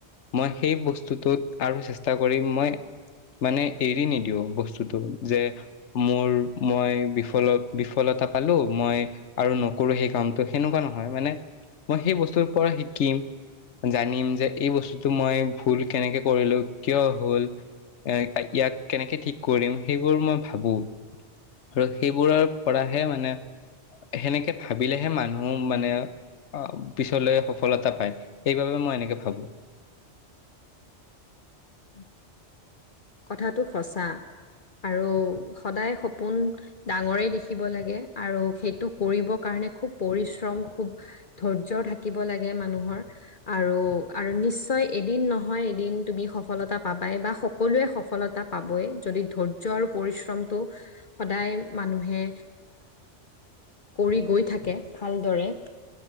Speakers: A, on the left; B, on the left.
A: মই সেই বস্তুটোত আৰু চেষ্টা কৰিম মই মানে এৰি নিদিও বস্তুটো যে মোৰ মই বিফল বিফলত তা পালো মই আৰু কৰো সেই কামটো সেনেকুৱা নহয় মানে মই সেই বস্তুৰ পৰা শিকিম জানিম যে এই বস্তুটো মই ভুল কেনেকে কৰিলো কিয় হল এ ইয়াক কেনেকে ঠিক কৰিম সেইবোৰ মই ভাবো আৰু সেইবোৰৰ পৰাহে মানে সেনেকে ভাবিলেহে মানুহ মানে আহ পিছলৈ সফলতা পায় সেইবাবে মই এনেকে ভাবো
B: <inaudible> কথাটো সঁচা আৰু সদায় সপোন ডাঙৰে দেখিব লাগে আৰু সেইটো কৰিব কাৰণে খুব পৰিশ্ৰম খুব ধৈৰ্য্য থাকিব লাগে মানুহৰ আৰু আৰু <unintelligible> নিশ্চয় এদিন নহয় এদিন তুমি সফলতা পাবাই বা সকলোৱে সফলতা পাবই যদি ধৈৰ্য্য আৰু পৰিশ্ৰমটো সদায় মানুহে কৰি গৈ থাকে ভালদৰে